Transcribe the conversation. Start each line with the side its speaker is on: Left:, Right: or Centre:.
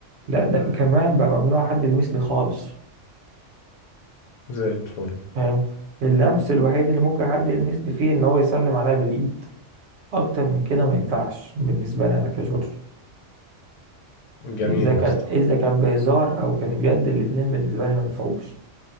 Right: لا ده كمان بقى ممنوع حد يلمسني خالص
Left: زي الفل
Right: فاهم اللمس الوحيد اللي ممكن حد يلمسني فيه ان هو يسلم عليا بالايد اكتر من كده ما ينفعش بالنسبه لي انا كجورج
Left: جميل
Right: اذا كان
Left: يا اسطى
Right: اذا كان بهزار او كان جد الاتنين بالنسبه لي ما ينفعوش